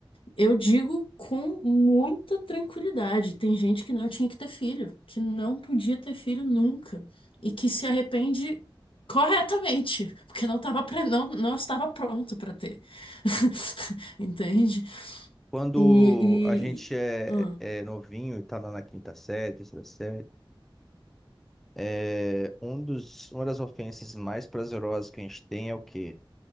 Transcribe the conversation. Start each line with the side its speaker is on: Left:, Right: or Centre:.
Left: eu digo com muita tranquilidade. Tem gente que não tinha que ter filho, que não podia ter filho nunca e que se arrepende corretamente, <laughs> porque não tava, pre- não, não estava pronto para ter. <laughs> Entende?
Centre: Quando
Left: E,
Centre: a gente
Left: e...
Centre: é,
Left: Ah.
Centre: é é novinho e tá lá na quinta série, terceira série, É, um dos, uma das ofensas mais prazerosas que a gente tem é o quê?